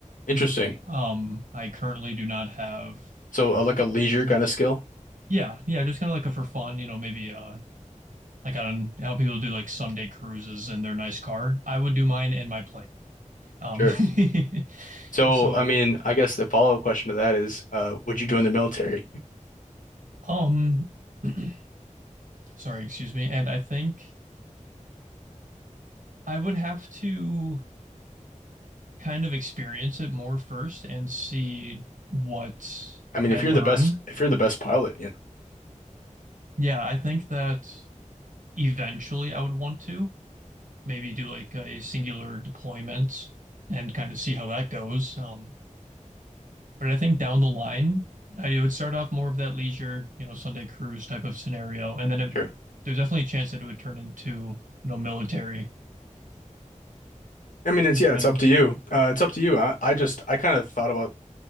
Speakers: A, on the left; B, on the right.
A: interesting.
B: Um, I currently do not have
A: So, uh, like a leisure kind of skill?
B: Yeah, yeah, just kind of like a for fun, you know, maybe uh like on how people do like Sunday cruises in their nice car. I would do mine in my plane. Um
A: Sure.
B: <laughs>
A: So,
B: so
A: I mean, I guess the follow-up question to that is, uh, would you join the military?
B: um <clears throat> sorry, excuse me. And I think I would have to kind of experience it more first and see what
A: I mean,
B: I
A: if
B: learn.
A: you're the best, if you're the best pilot, you know.
B: Yeah, I think that eventually I would want to maybe do like a singular deployment and kind of see how that goes. Um But I think down the line, I would start off more of that leisure, you know, Sunday cruise type of scenario, and then it,
A: Sure.
B: there's definitely a chance that it would turn into, you know, military.
A: I mean, it's yeah,
B: And
A: it's up to you. Uh, it's up to you. I, I just I kind of thought about